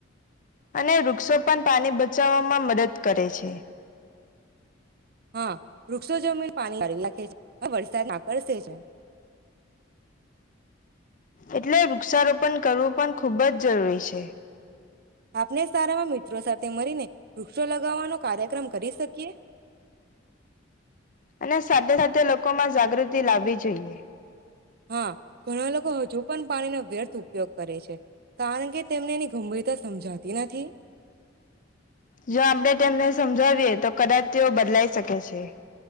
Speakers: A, on the left (about 40°); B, on the right (about 50°).
A: અને વૃક્ષો પણ પાણી બચાવવામાં મદદ કરે છે.
B: હા વૃક્ષો જમીન પાણી ભરી નાખે છે હવે વરસાદ આકર્ષ છે.
A: એટલે વૃક્ષારોપણ કરવું પણ ખુબ જ જરૂરી છે.
B: આપણે શાળામાં મિત્રો સાથે મરીને વૃક્ષો લગાવવાનો કાર્યક્રમ કરી શકીએ?
A: અને સાથે સાથે લોકો માં જાગૃતિ લાવવી જોઈએ.
B: હા ઘણા લોકો હજુ પણ પાણીનો વ્યર્થ ઉપયોગ કરે છે, કારણ કે તેમને એની ગંભીરતા સમજાતી નથી.
A: જો આપડે તેમને સમજાવીએ તો કદાચ તેઓ બદલાઈ શકે છે.